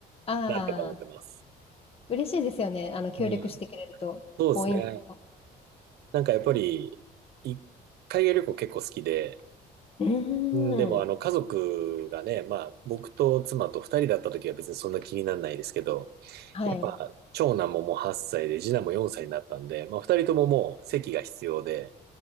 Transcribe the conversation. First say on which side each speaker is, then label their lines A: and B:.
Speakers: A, on the left (about 35°); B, on the right (about 70°).
A: ああ、
B: なんとかなってます。
A: 嬉しいですよね。あの、協力してくれると、
B: うん。そうですね。
A: ポイント。
B: なんかやっぱり、一海外旅行結構好きで、
A: う
B: うんでも、
A: ん。
B: あの、家族がね、まあ、僕と妻と二人だった時は別にそんな気にならないですけど、
A: はい。
B: やっぱ、長男ももう8歳で、次男も4歳になったんで、まあ、二人とももう席が必要で、